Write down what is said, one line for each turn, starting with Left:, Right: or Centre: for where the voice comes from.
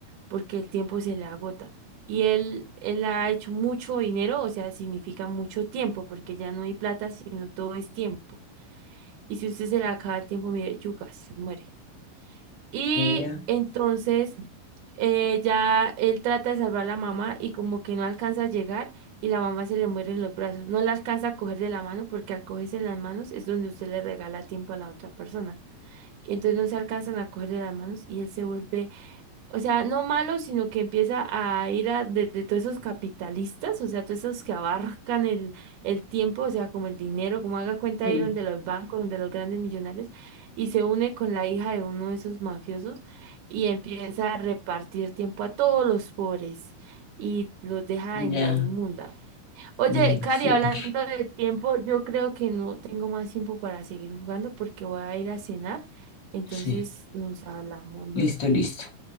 Right: porque el tiempo se le agota. Y él, él ha hecho mucho dinero, o sea, significa mucho tiempo, porque ya no hay plata, sino todo es tiempo. Y si usted se le acaba el tiempo, mire, yuca, se muere. Y
Left: vea.
Right: entonces eh, ya él trata de salvar a la mamá y como que no alcanza a llegar y la mamá se le muere en los brazos. No la alcanza a coger de la mano porque al cogerse en las manos es donde usted le regala tiempo a la otra persona. Y entonces no se alcanzan a coger de las manos y él se vuelve o sea, no malo, sino que empieza a ir a de, de todos esos capitalistas, o sea, todos esos que abarcan el, el tiempo, o sea, como el dinero, como haga cuenta
Left: mm,
Right: Iron de los bancos, donde los grandes millonarios, y se une con la hija de uno de esos mafiosos y empieza a repartir tiempo a todos los pobres y los deja
Left: Ya,
Right: en la inmunda. Oye,
Left: bueno,
Right: Cari,
Left: súper.
Right: hablando de tiempo, yo creo que no tengo más tiempo para seguir jugando porque voy a ir a cenar, entonces
Left: Sí,
Right: nos hablamos luego.
Left: listo, listo.